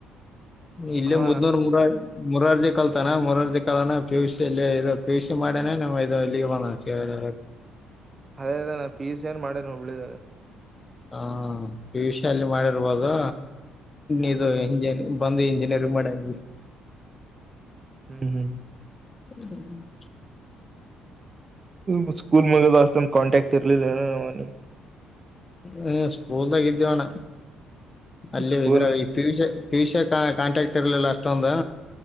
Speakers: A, on the left; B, on the right.
A: ಇಲ್ಲೇ
B: ಅವ
A: ಮುದ್ನೂರ್ ಮೂರಳು ಮುರರ್ಜಿ ಕಲ್ತಾನ ಮುರರ್ಜಿ ಕಾಲನ ಪಿಯುಸಿ ಇಲ್ಲೇ ಇದು ಪಿ ಯು ಸಿ ಮಾಡನಾ <unintelligible> ಇದು ಇಲ್ಲಿಗೆ ಬಂದನಾ <unintelligible>
B: ಅದೇ ಅದೇ ನಾ ಪಿ ಯು ಸಿ ಏನಾ ಮಾಡನಾ ಹುಬ್ಳಿದಾಗ.
A: ಹಾ ಪಿ ಯು ಸಿ ಅಲ್ಲೆ ಮಾಡಿರ್ಬೋದು
B: ಹ್ಮ್
A: ಇಡು <unintelligible> ಇಂಜ <unintelligible> ಬಂದು ಇಂಜಿನಿಯರಿಂಗ್ ಮಾಡನಾ ಇಲ್ಲಿ.
B: ಹ್ಮ <unintelligible>
A: ಹ್ಮ್ <unintelligible>
B: ಹ ಸ್ಕೂಲ್ ಮುಗಿದಿದ್ ಮೇಲೆ ಅಸ್ಟೋದು ಕಾಂಟ್ಯಾಕ್ಟ್ ಇರಲಿಲ್ಲ ಮಿ
A: ಹ ಸ್ಕೂಲ್ನಾಗಿದ್ವಿ ಅಣ್ಣ ಅಲ್ಲಿ
B: ಸ್ಕೂಲ್
A: ವಿದರೈ P U C - P U ಸಿಯಾಗ್ ಕಾಂಟ್ರಾಕ್ಟ್ ಇರ್ಲಿಲ್ಲ ಅಷ್ಟೊಂದು